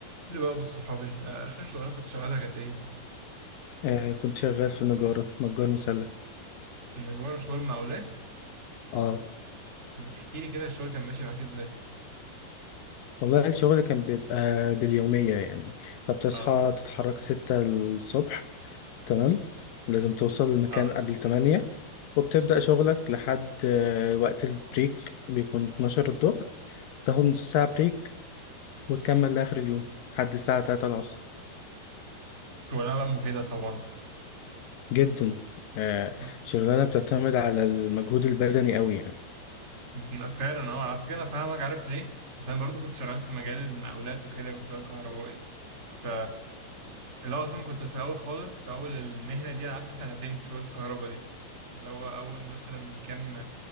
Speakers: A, on the right; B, on the left.
A: قول لي بقى بالصحاب انت اخر شغلانه كنت شغالها كانت ايه؟
B: آه كنت شغال في النجارة نجار مسلح
A: في النجارة شغل مقاولات
B: اه
A: طب ما تحكي لي كده الشغل كان ماشي معاك ازاي؟
B: والله الشغل كان بيبقى باليومية يعني طب تصحى
A: اه
B: تتحرك ستة الصبح تمام لازم توصل المكان
A: اه
B: قبل تمانية وبتبدأ شغلك لحد آه وقت البريك بيكون 12 الظهر تاخد نص ساعة بريك وتكمل لآخر اليوم لحد الساعة 3 العصر
A: شغلانه بقى مجهده طبعا
B: جدا آه
A: اه
B: شغلانة بتعتمد على المجهود البدني قوي يعني
A: انا فعلا اه على فكره انا فاهمك عارف ليه؟ عشان انا برضو كنت شغال في مجال المقاولات وكده كنت شغال كهربائي ف اللي هو اصلا كنت في الاول خالص في اول المهنه دي انا قعدت سنتين في شغل الكهرباء دي اللي هو اول مثلا كام